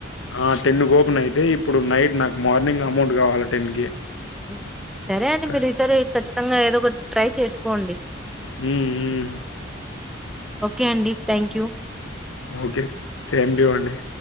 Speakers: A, on the left; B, in the centre.
A: ఆ టెన్ ఓపెన్ అయితే ఇప్పుడు నైట్ నాకు మార్నింగ్ అమౌంట్ కావాలా టెన్ కి
B: ఉ సరే అండి
A: కస్
B: మీరు ఈసారి ఖచ్చితంగా ఏదో ఒకటి ట్రై చేసుకోండి
A: ఉమ్ ఉమ్
B: ఓకే అండి thank you
A: okay same to you అండి